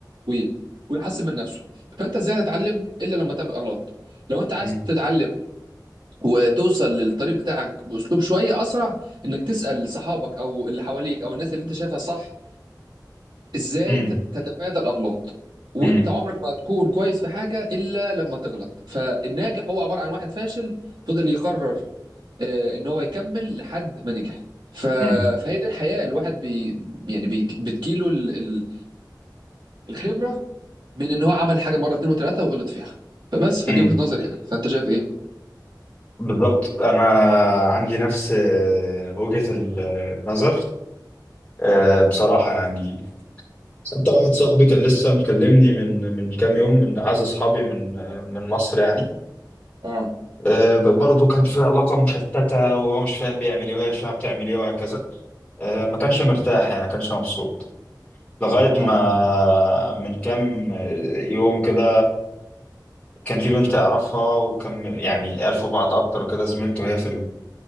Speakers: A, on the right (about 85°); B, on the left (about 20°).
A: وي... ويحسن من نفسه فانت ازاي هتتعلم الا لما تعمل اغلاط لو انت عايز
B: مم.
A: تتعلم وتوصل للطريق بتاعك باسلوب شويه اسرع انك تسال صحابك او اللي حواليك او الناس اللي انت شايفها صح ازاي
B: مم.
A: ت- تتفادى الاغلاط وانت
B: مم.
A: عمرك ما هتكون كويس في حاجه الا لما تغلط فالناجح هو عباره عن واحد فاشل فضل يقرر آه، ان هو يكمل لحد ما نجح ف...
B: مم.
A: فهي دي الحياه الواحد بي... يعني بي... بتجيله ال... ال... الخبره من ان هو عمل حاجه مره اتنين وتلاته وغلط فيها فبس فدي
B: مم.
A: وجهه نظري يعني فانت شايف ايه؟
B: بالضبط انا عندي نفس آه، وجهة ال- النظر آه، بصراحة يعني حتى واحد صاحبي كان لسه مكلمني من من كام يوم من اعز اصحابي من آه، من مصر يعني
A: اه
B: آه، برضه كان في علاقة مشتتة وهو مش فاهم بيعمل ايه وهي مش فاهمة بتعمل ايه وهكذا آه، ما كانش مرتاح يعني ما كانش مبسوط لغاية
A: اه
B: ما من كام آه، يوم كده كان في بنت يعرفها وكان يعني عرفوا بعض اكتر وكده زميلته هي في